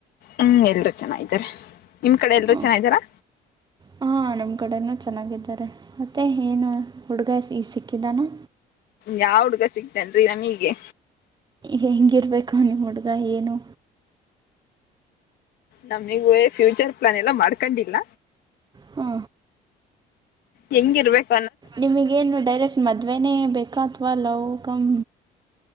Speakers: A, on the left; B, on the right.
A: ಹ್ಮ್ ಎಲ್ರು ಚೆನ್ನಾಗಿದ್ದಾರೆ. ನಿಮ್ ಕಡೆ ಎಲ್ಲರೂ
B: ಹ
A: ಚೆನ್ನಾಗಿದ್ದಾರಾ
B: ಹ ನಮ್ ಕಡೆನೂ ಚೆನ್ನಾಗಿದ್ದಾರೆ ಮತ್ತೆ ಏನು. ಹುಡುಗ ಈ ಸಿಕ್ಕಿದ್ದಾನ.
A: ಯಾವ ಹುಡುಡ್ಗ ಸಿಗ್ತೇನ್ರೀ ನಮೀಗೆ.
B: ಹೆಂಗಿರ್ಬೇಕು ನಿಮ್ಮ ಹುಡುಗ ಏನು
A: ನಮ್ನಿಗೂ ಫ್ಯೂಚರ್ ಪ್ಲಾನ್ ಎಲ್ಲ ಮಾಡ್ಕೊಂಡಿಲ್ಲ
B: ಹ್ಮ
A: ಹೆಂಗಿರ್ಬೇಕ
B: ನಿಮಗೇನು ಡೈರೆಕ್ಟ್ ಮದ್ವೆೇನೇ ಬೇಕಾ ಅಥವಾ ಲವ್ ಕಮ್